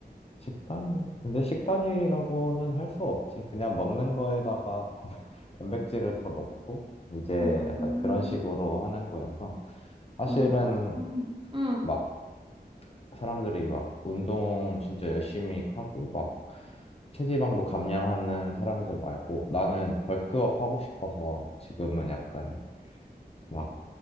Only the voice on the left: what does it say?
식단 근데 식단이라고는 할 수 없지. 그냥 먹는 거에다가 <laughs> 단백질을 더 넣고 이제
약간 그런 식으로 하는 거여서 사실은
막 사람들이 막 운동 진짜 열심히 하고 막 체지방도 감량하는 사람들 말고 나는 벌크업 하고 싶어서 지금은 약간 막